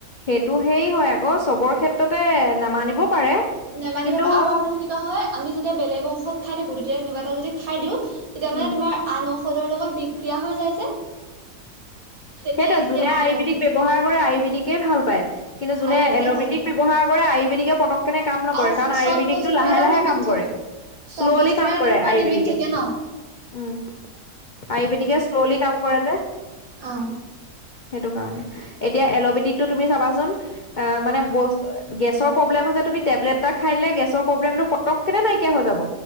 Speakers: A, on the left; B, on the right.
A: সেইটো সেই হয় আকৌ চবৰ ক্ষেত্ৰতে নামানিব পাৰে।
B: নেমানিব
A: কিন্তু
B: পাৰে। আৰু মানে তেনেকুৱা হয় আমি যেতিয়া বেলেগৰ ঔষধ খাই থাকো তেতিয়া তেনেকুৱা এটা যদি খাই দিওঁ তেতিয়া
A: উম
B: মানে তোমাৰ আন ঔষধৰ লগত বিক্ৰিয়া হৈ যায় যে। তেতিয়া
A: সেইটোয়ে
B: কেতিয়াবা
A: যোনে
B: হয়
A: আয়ুৰ্বেদিক
B: মানে
A: ব্যৱহাৰ কৰে আয়ুৰ্বেদিকে ভাল পায়। কিন্তু যোনে
B: আয়ুৰ্বেদিকে
A: এল'বেদিক
B: ভাল কৰে
A: ব্যয়ৱহাৰ কৰে, আয়ুৰ্বেদিকে পতক কেনে কাম নকৰে
B: আৰু
A: কাৰণ আয়ুৰ্বেদিকতটো
B: চব বস্তুৰে
A: লাহে
B: এটা
A: লাহে
B: লিমিট
A: কাম
B: থাকে
A: কৰে। শ্ল'লি
B: চব বস্তুৰে
A: কাম
B: এটা
A: কৰে
B: তোমাৰ
A: আয়ুৰ্বেদিকে।
B: লিমিট থাকে ন <inaudible>
A: উম আয়ুৰ্বেদিকে, শ্ললি কাম কৰে যে।
B: অঁ।
A: সেইটো কাৰণে এতিয়া এল'বেটিকটো তুমি চাবাচোন অ মানে বস্ত গেছৰ প্ৰব্লেম হৈছে তুমি টেবলেট এটা খাই দে গেছৰ প্ৰব্লেমটো পতকে নাইকিয়া হৈ যাব।